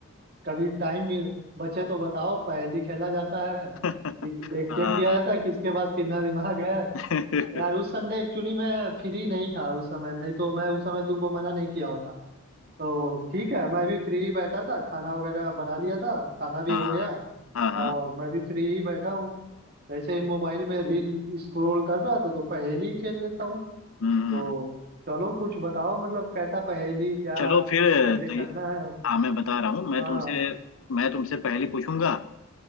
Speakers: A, on the right (about 45°); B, on the left (about 65°).
A: कभी टाइम बचे तो बताओ पहेली खेला जाता है
B: <laughs>
A: देख देख-
B: हाँ
A: चेक किया जाता है किसके पास कितना दिमाग है
B: <laughs> हम्म
A: यार उस संडे एक्चुअली मैं फ्री नहीं था उस समय नहीं तो मैं उस समय तुमको मना नहीं किया होता तो ठीक है मैं भी फ्री ही बैठा था खाना वगैरह बना लिया था खाना भी
B: हाँ
A: हो
B: हाँ
A: गया
B: हाँ
A: और मैं भी फ्री ही बैठा हूँ ऐसे ही मोबाइल में रील स्क्रॉल कर रहा था तो पहेली ही खेल लेता हूँ
B: हम्म
A: तो चलो कुछ बताओ मतलब कैसा पहेली क्या
B: चलो फिर
A: कैसे
B: तो
A: करना
B: ये-
A: है
B: हाँ मैं बता रहा हूँ मैं
A: हाँ
B: तुमसे मैं तुमसे पहली पूछूंगा ठीक